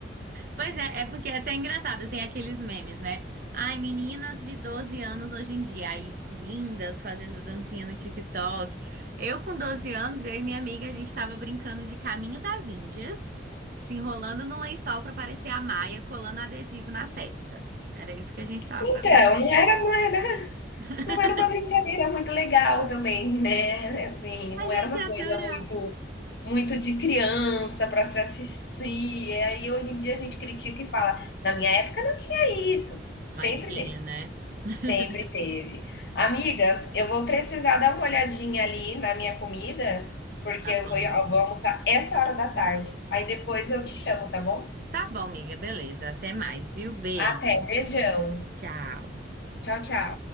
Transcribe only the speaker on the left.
Então,
não era, não era,
não era uma brincadeira muito legal também, né? Assim,
não
era uma
coisa muito, muito de criança para se assistir. E aí, hoje em dia, a gente critica e fala, na minha época não tinha isso. Sempre
teve.
Sempre teve. Amiga, eu vou precisar dar uma olhadinha ali na minha comida, porque
eu
vou, eu
vou almoçar essa hora da tarde. Aí depois eu te chamo, tá bom?
Até, beijão.
Tchau, tchau.